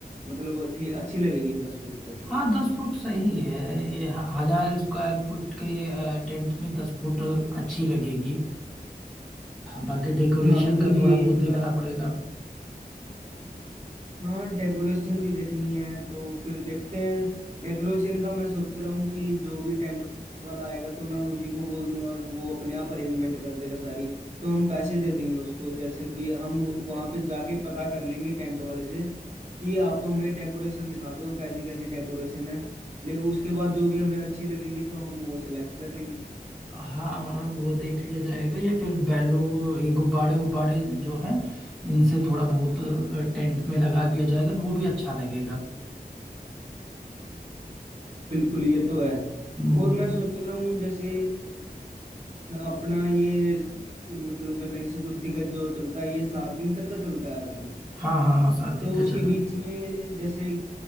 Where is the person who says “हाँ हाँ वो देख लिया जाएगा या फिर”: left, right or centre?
Centre